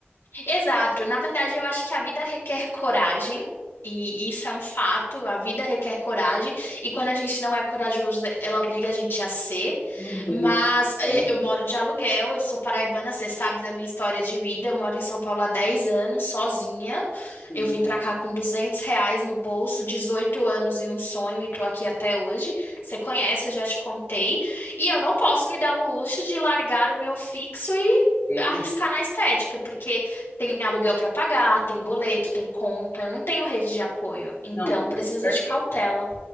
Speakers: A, on the left; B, on the left.
A: Exato. Na verdade, eu acho que a vida requer coragem, e isso é um fato. A vida requer coragem, e quando a gente não é corajoso, ela obriga a gente a ser.
B: Uhum,
A: Mas
B: pode
A: eh, eu moro de aluguel, eu sou paraibana, você sabe da minha história de vida. Eu moro em São Paulo há 10 anos, sozinha.
B: sim.
A: Eu vim pra cá com 200 reais no bolso, 18 anos e um sonho, e tô aqui até hoje. Você conhece, eu já te contei. E eu não posso me dar o luxo de largar o meu fixo e
B: É,
A: arriscar na estética, porque tem aluguel para pagar, tem boleto, tem conta. Eu não tenho rede de apoio, então
B: não, com
A: preciso
B: certeza.
A: de cautela.